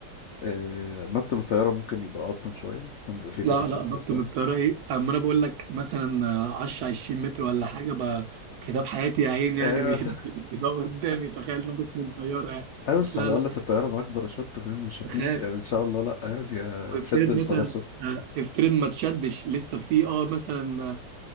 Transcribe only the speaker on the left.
آه، نط من الطيارة ممكن يبقى أضمن شوية كان بيبقى فيه
باراشوت
وبتاع
أيوة
<laughs> بس
أيوة بس
على
الأقل في الطيارة معاك باراشوت فاهم مش هتموت
يعني إن شاء الله لأ يعني آه،
تشد الباراشوت